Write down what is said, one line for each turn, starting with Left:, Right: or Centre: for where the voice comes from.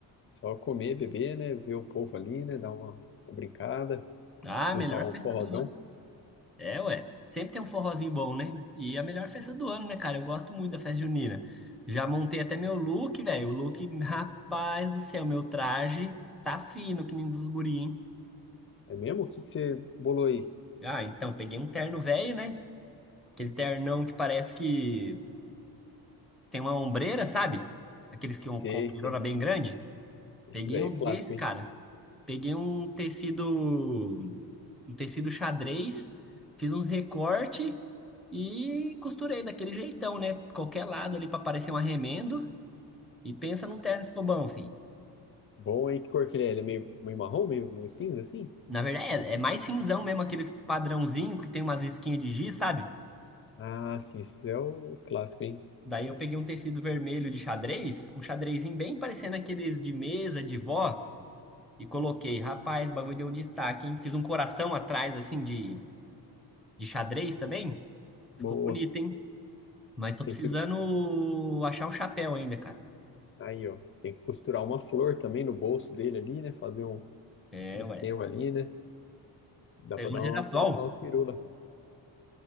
Left: Só comer, beber, né? Ver o povo ali, né? Dar uma, uma brincada,
Centre: Ah,
Left: dançar
Centre: melhor
Left: um
Centre: festa
Left: forrozão.
Centre: do ano. É, ué. Sempre tem um forrozinho bom, né? E é a melhor festa do ano, né, cara? Eu gosto muito da festa junina. Já montei até meu look, velho. O look, <laughs> rapaz do céu, meu traje tá fino, que nem dos guri, hein?
Left: É mesmo? O que que você bolou aí?
Centre: Ah, então, peguei um terno velho, né? Aquele ternão que parece que tem uma ombreira, sabe? Aqueles que um-
Left: Sei,
Centre: com uma ombreirona
Left: sei.
Centre: bem grande.
Left: Esses
Centre: Peguei
Left: aí
Centre: um
Left: é
Centre: desse,
Left: clássico,
Centre: cara.
Left: hein?
Centre: Peguei um tecido, um tecido xadrez, fiz uns recorte e costurei daquele jeitão, né? Qualquer lado ali pra parecer um arremendo. E pensa num terno que ficou bom, filho.
Left: Bom, hein? Que cor que ele é? Ele é meio, meio marrom, meio, meio cinza, assim?
Centre: Na verdade, é, é mais cinzão mesmo, aqueles padrãozinho que tem umas risquinhas de giz, sabe?
Left: Ah, sim, esses é os clássicos, hein?
Centre: Daí eu peguei um tecido vermelho de xadrez, um xadrezinho bem parecendo aqueles de mesa, de vó, e coloquei. Rapaz, o bagulho deu um destaque, hein? Fiz um coração atrás, assim, de, de xadrez também. Ficou
Left: Boa.
Centre: bonito, hein? Mas tô
Left: Tem
Centre: precisando
Left: que,
Centre: achar um chapéu ainda, cara.
Left: aí, ó, tem que costurar uma flor também no bolso dele ali, né? Fazer um,
Centre: É,
Left: um esquema
Centre: ué.
Left: ali, né? Dá
Centre: Pega
Left: pra dar
Centre: um girassol.
Left: uma, colocar umas firulas.